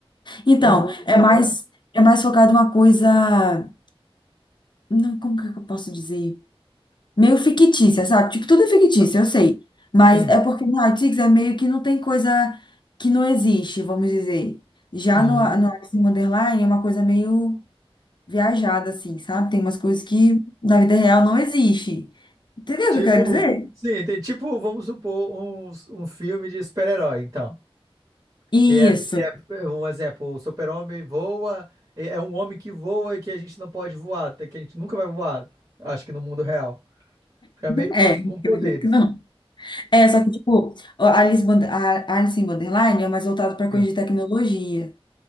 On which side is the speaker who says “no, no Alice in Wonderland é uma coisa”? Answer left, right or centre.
Left